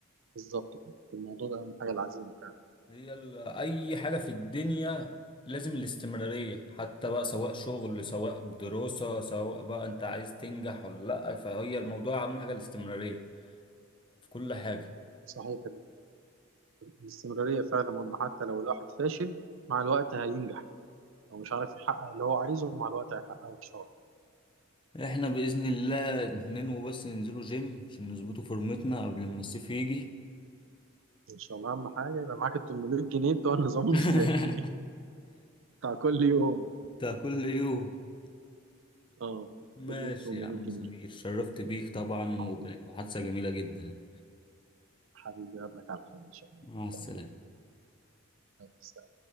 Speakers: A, on the right; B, on the left.
A: بالظبط كده الموضوع ده اهم حاجه العزيمه فعلا
B: هي ال... اي حاجه في الدنيا لازم الاستمراريه حتى بقى سواء شغل سواء دراسه سواء بقى انت عايز تنجح ولا لا فهي الموضوع اهم حاجه الاستمراريه في كل حاجه
A: صحيح الاستمراريه فعلا مهمه حتى لو الواحد فاشل مع الوقت هينجح هو مش عارف يحقق اللي هو عايزه مع الوقت هيحققه إن شاء الله
B: احنا باذن الله ننوي بس ننزلوا جيم عشان نظبطوا فورمتنا قبل ما الصيف يجي
A: إن شاء الله أهم حاجة يبقى معاك ال 800 جنيه بتوع النظام الغذائي
B: <laughs>
A: بتاع كل يوم
B: بتاع كل يوم
A: أه
B: ماشي
A: كل يوم 800
B: يا عم
A: جنيه
B: سمير شرفت بيك طبعا
A: حبيبي
B: وكانت محادثة جميلة جدا
A: حبيبي أقابلك على خير إن شاء الله
B: مع السلامة
A: إن شاء الله